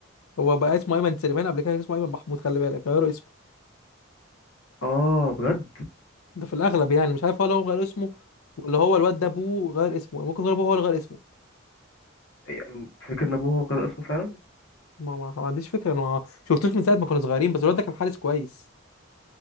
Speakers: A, on the left (about 80°); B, on the left (about 65°).
A: هو بقى اسمه ايمن سليمان قبل كده كان اسمه ايمن محمود خلي بالك غيروا اسمه
B: اه بجد
A: ده في الاغلب يعني مش عارف هو لو غير اسمه ولا هو الواد ده ابوه غير اسمه ممكن يكون ابوه هو اللي غير اسمه
B: يعني فاكر ان ابوه هو كان اسمه فعلا
A: ما, ما, ما عنديش فكره انا ما شفتوش من ساعه ما كنا صغيرين بس الواد ده كان حارس كويس